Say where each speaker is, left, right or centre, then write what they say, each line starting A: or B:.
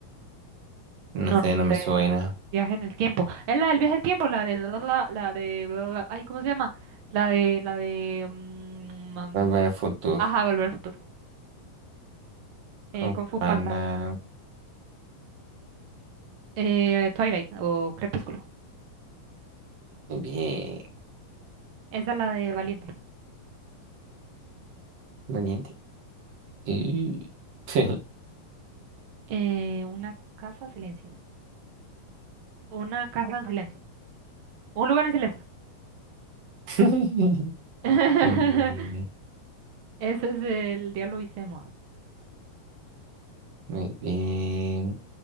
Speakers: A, on the right; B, on the right.
A: No
B: no,
A: sé,
B: no
A: no
B: sé.
A: me suena.
B: Viaje en el tiempo. Es la del viaje al tiempo, la de la, la, la- la de la- la- ay, ¿cómo se llama? La de la de mm, am,
A: Volver al futuro.
B: ajá, Volver al futuro. Eh,
A: Kung
B: Kung
A: Fu
B: Fu
A: Panda.
B: Panda. Eh, Twilight o Crepúsculo.
A: Bien.
B: Esa es la de Valiente.
A: Valiente. Y- <laughs>
B: Eh, una casa en silencio. Una casa en silencio. Un lugar en silencio.
A: <laughs>
B: <laughs>
A: Muy bien,
B: Ese es el Diablo Viste de Moda.
A: muy bien.